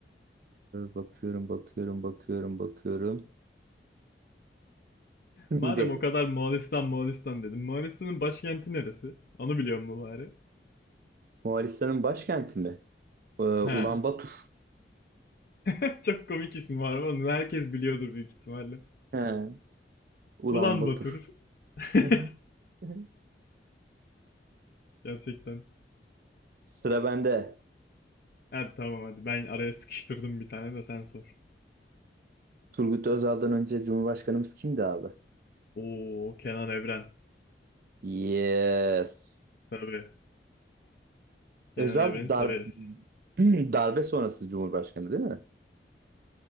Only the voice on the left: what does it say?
Madem o kadar Moğolistan Moğolistan dedim. Moğolistan'ın başkenti neresi? Onu biliyor mu bari?
He.
<laughs> Çok komik ismi var ama onu herkes biliyordur büyük ihtimalle.
Ulan
Batur.
<laughs>
Gerçekten.
Hadi tamam hadi ben araya sıkıştırdım bir tane de sen sor.
Oo Kenan Evren.
Tabii. Kenan
Evren'i
severiz.